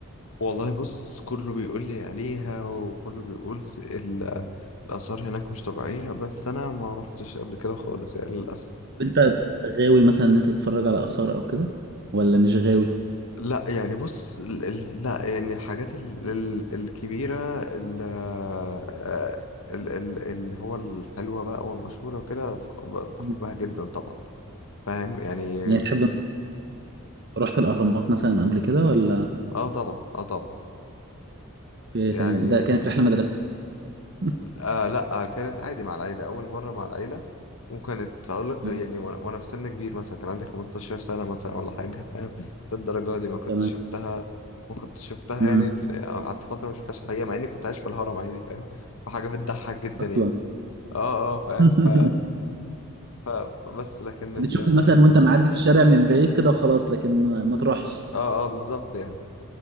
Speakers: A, on the left (about 85°); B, on the right (about 50°).
A: والله بص كله بيقول لي عليها وكله بيقول س- ال- الآثار هناك مش طبيعية بس أنا ما روحتش قبل كده خالص يعني للأسف
B: انت غاوي مثلا ان انت تتفرج على اثار او كده ولا مش غاوي
A: لا يعني بص ال- ال- لا يعني الحاجات ال- ال- الكبيرة ال- آه، ال- ال- اللي هو الحلوة بقى والمشهورة وكده ف- ب- بحبها
B: مم.
A: جدا طبعا فاهم يعني
B: يعني تحب رحت الاهرامات مثلا قبل كده ولا
A: اه طبعا اه طبعا
B: اوكي
A: يعني
B: تمام ده كانت رحلة مدرسة <laughs>
A: آه لا آه كانت عادي مع العيلة أول مرة مع العيلة وكانت أقول لك
B: تمام
A: يعني وأنا وأنا في سن كبير مثلا كان عندي 15 سنة مثلا ولا حاجة فاهم للدرجة دي ما كنتش
B: تمام
A: شفتها ما كنتش شفتها
B: مم.
A: يعني ال- قعدت فترة ما شفتهاش حقيقة مع إني كنت عايش في الهرم عادي فاهم فحاجة بتضحك جدا
B: اصلا
A: يعني اه اه فاهم
B: <laughs>
A: ف... <laughs> ف... بس لكن ال
B: بتشوفه
A: اه
B: مثلا وانت معدي في الشارع من بعيد كده وخلاص لكن ما ما تروحش
A: اه بالظبط يعني